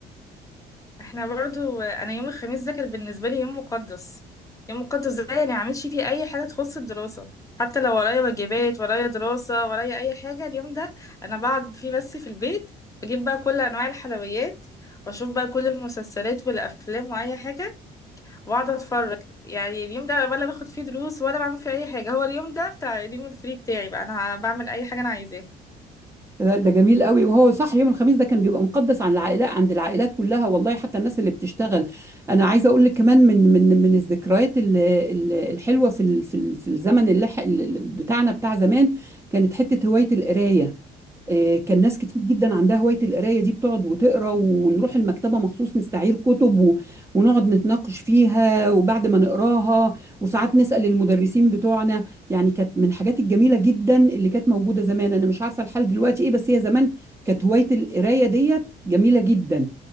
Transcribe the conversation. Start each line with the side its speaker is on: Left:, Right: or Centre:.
Left: احنا برضو انا يوم الخميس ده كان بالنسبه لي يوم مقدس يوم مقدس ده يعني ما اعملش فيه اي حاجه تخص الدراسه حتى لو ورايا واجبات ورايا دراسه ورايا اي حاجه اليوم ده انا بقعد فيه بس في البيت بجيب بقى كل انواع الحلويات واشوف بقى كل المسلسلات والافلام واي حاجه واقعد اتفرج يعني اليوم ده ولا باخد فيه دروس ولا بعمل فيه اي حاجه هو اليوم ده بتاع اليوم الفري بتاعي بقى انا بعمل اي حاجه انا عايزاها
Right: ده ده جميل قوي وهو صح يوم الخميس ده كان بيبقى مقدس عن العائلات عند العائلات كلها والله حتى الناس اللي بتشتغل انا عايزه اقول لك كمان من من من الذكريات ال- ال- الحلوه في ال- في ال- في الزمن اللي ح- ال- بتاعنا بتاع زمان كانت حته هوايه القرايه آه، كان ناس كتير جدا عندها هوايه القرايه دي بتقعد وتقرا ونروح المكتبه مخصوص نستعير كتب و- ونقعد نتناقش فيها وبعد ما نقراها وساعات نسال المدرسين بتوعنا يعني كانت من الحاجات الجميلة جدا اللي كانت موجودة زمان أنا مش عارفة الحال دلوقتي إيه بس هي زمان كانت هواية القراية ديت جميلة جدا